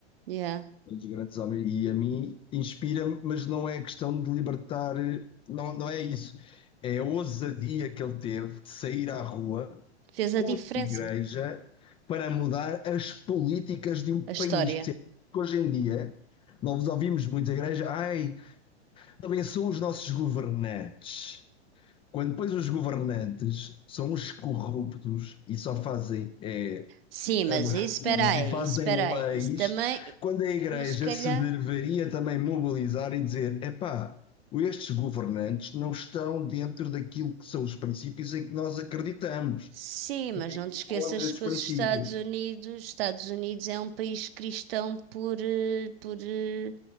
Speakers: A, on the right (about 60°); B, on the left (about 15°).
A: yeah,
B: os grandes homens. E a mim inspira-me, mas não é questão de libertar, não, não é isso. É a ousadia que ele teve de sair à rua
A: fez
B: com
A: a diferença.
B: a igreja para mudar as políticas de um país.
A: A história.
B: Porque hoje em dia, nós ouvimos muito a igreja, ai, abençoa os nossos governantes. Quando depois os governantes são os corruptos e só fazem é,
A: Sim, mas
B: aberrações
A: isso, espera aí,
B: e fazem
A: isso, espera
B: leis,
A: aí. Isso também,
B: quando a Igreja
A: mas se calhar,
B: se deveria também mobilizar e dizer: epá, estes governantes não estão dentro daquilo que são os princípios em que nós acreditamos.
A: sim, mas
B: Também
A: não te esqueças
B: contra esses
A: que
B: princípios.
A: os Estados Unidos, Estados Unidos é um país cristão por, eh, por eh,